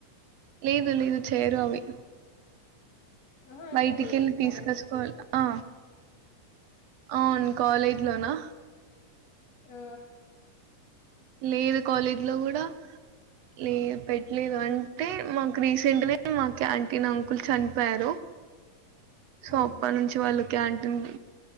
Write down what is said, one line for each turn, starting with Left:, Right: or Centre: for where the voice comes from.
Right: లేదులేదు చేయరు అవి.
Left: ఆహా
Right: బయటికెళ్ళి
Left: అంటే
Right: తీసుకొచ్చుకోవాలి.
Left: క్యాంటీన్
Right: ఆ! అవును కాలేజ్ లోనా?
Left: ఆ
Right: లేదు కాలేజ్ లో గూడా లేవ్ పెట్ లేదు, అంటే మాకు రీసెంట్ నే మా క్యాంటీన్ అంకుల్ చనిపోయారు సో
Left: ఓహో
Right: అప్పన్నుంచి వాళ్ళు క్యాం ఉహ్